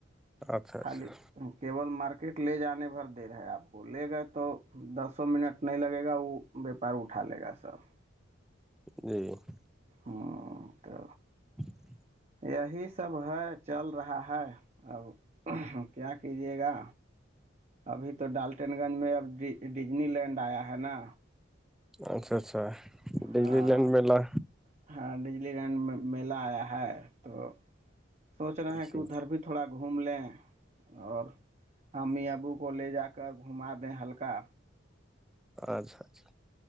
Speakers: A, in the centre; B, on the right (about 35°).
A: اچھا اچھا
B: خالی کیبول مارکیٹ لے جانے بھر دیر رہ ہے آپ وہ لے گا تو دسوں منٹ نہیں لگے گا وہ وپار اٹھا لے گا سب
A: جی جی
B: ہوں تو
A: <inaudible>
B: یہی سب ہے چل رہا ہے اب کیا کیجیے گا ابھی تو ڈالٹین گنج میں اب ڈزنی لینڈ آیا ہے نا
A: اچھا اچھا دیلی
B: ہاں
A: لینڈ میلا
B: ہاں ڈجلی لینڈ میں میلہ آیا ہے تو سوچ رہے ہیں
A: جی
B: کہ ا دھرپت تھوڑا گھوم لیں اور امی ابو کو لے جا کر گھما دیں ہلکا
A: اچھا اچھا